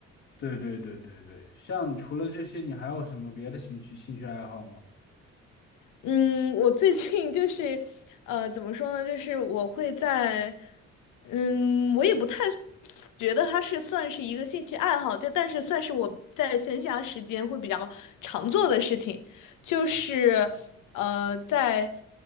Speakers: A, on the left; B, on the left.
A: 对对对对对，像除了这些，你还有什么别的兴趣兴趣爱好吗？
B: 嗯，我最近就是，呃，怎么说呢？就是我会在，嗯，我也不太觉得它是算是一个兴趣爱好，就但是算是我在闲暇时间会比较常做的事情，就是，呃，在